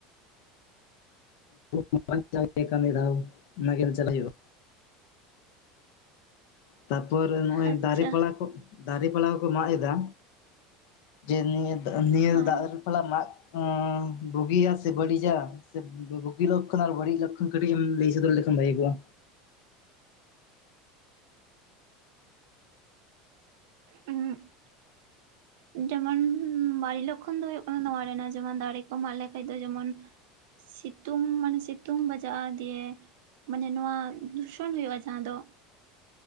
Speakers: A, on the left (about 65°); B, on the right (about 75°).
A: <inaudible> ᱡᱟᱦᱟ ᱜᱮ ᱠᱟᱹᱢᱤ ᱫᱟ ᱚᱱᱟᱜᱮ ᱨᱮᱡᱟᱞ ᱦᱩᱭᱩᱜ-ᱟ ᱛᱟᱨᱯᱚᱨ ᱱᱚᱜ-ᱚᱭ
B: ᱟᱪᱪᱷᱟ
A: ᱫᱟᱨᱮ ᱯᱟᱞᱟ ᱠᱚ, ᱫᱟᱨᱮ ᱯᱟᱞᱟ ᱠᱚᱠᱚ ᱢᱟᱜ ᱮᱫᱟ᱾ ᱡᱮ ᱱᱤᱭᱟᱹ, ᱱᱤᱭᱟᱹ
B: ᱦᱮᱸ
A: ᱫᱟᱜ ᱯᱟᱞᱟ ᱢᱟᱜ ᱵᱩᱜᱤᱭᱟ ᱥᱮ ᱵᱟᱹᱲᱤᱡᱟ? ᱥᱮ ᱵᱩᱜᱤ ᱞᱚᱠᱠᱷᱚᱱ ᱟᱨ ᱵᱟᱹᱲᱤᱡ ᱞᱚᱠᱠᱷᱚᱱ ᱠᱟᱹᱴᱤᱡ ᱮᱢ ᱞᱟᱹᱭ ᱥᱚᱫᱚᱨ ᱞᱮᱠᱷᱟᱱ ᱵᱷᱟᱜᱮ ᱠᱚᱜ-ᱟ᱾
B: ᱦᱩᱸ ᱡᱮᱢᱚᱱ ᱵᱟ. ᱲᱤᱡ ᱞᱚᱠᱠᱷᱚᱱ ᱫᱚ ᱦᱳᱭᱳᱜ ᱠᱟᱱᱟ ᱱᱚᱣᱟ ᱨᱮᱱᱟᱜ ᱡᱮᱢᱚᱱ ᱫᱟᱨᱮ ᱠᱚ ᱢᱟᱜ ᱞᱮᱠᱷᱟᱱ ᱫᱚ ᱡᱮᱢᱚᱱ ᱥᱤᱛᱩᱝ ᱢᱟᱱᱮ ᱥᱤᱛᱩᱝ ᱵᱟᱡᱟᱜ-ᱟ ᱫᱤᱭᱮ ᱢᱟᱱᱮ ᱱᱚᱣᱟ ᱫᱩᱥᱚᱱ ᱦᱳᱭᱳᱜ-ᱟ ᱡᱟᱦᱟᱸ ᱫᱚ᱾